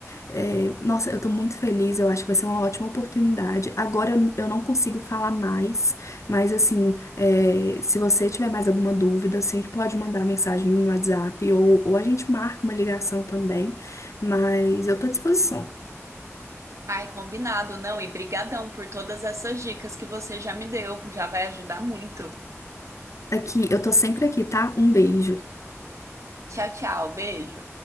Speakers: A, on the left (about 70°); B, on the right (about 75°).
A: É, nossa, eu tô muito feliz, eu acho que vai ser uma ótima oportunidade. Agora eu, eu não consigo falar mais, mas assim, é, se você tiver mais alguma dúvida, sempre pode mandar mensagem no WhatsApp ou, ou a gente marca uma ligação também, mas eu tô à disposição.
B: Ai, combinado, não. E brigadão por todas essas dicas que você já me deu, já vai ajudar muito.
A: Aqui, eu tô sempre aqui, tá? Um beijo.
B: Tchau, tchau, beijo.